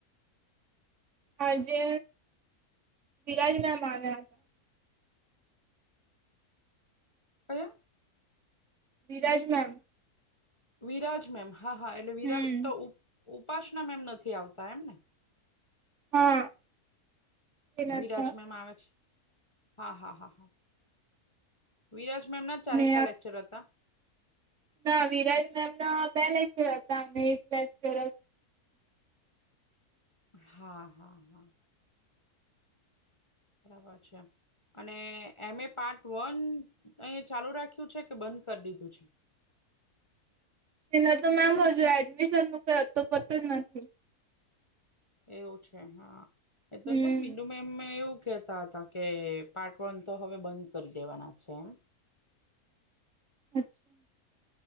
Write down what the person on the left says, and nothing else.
કયા
વિરાજ મેમ. હા હા એટલે વિરાજ
તો ઉપાસના મેમ નથી આવતા એમ ને
વિરાજમમ
આવે છે હા હા હા હા વિરાજમેમ ના ચારે
ચા લેક્ચર હતા.
હા હા હા. બરાબર છે. અને એમે પાર્ટ વન અહીં ચાલુ રાખ્યું છે કે બંધ કરી દીધું છે
એવું છે હા એ તો
છે મીનુ મેમ એવું કેતા હતા કે પાર્ટ વન તો હવે બંધ કરી દેવાના છે એમ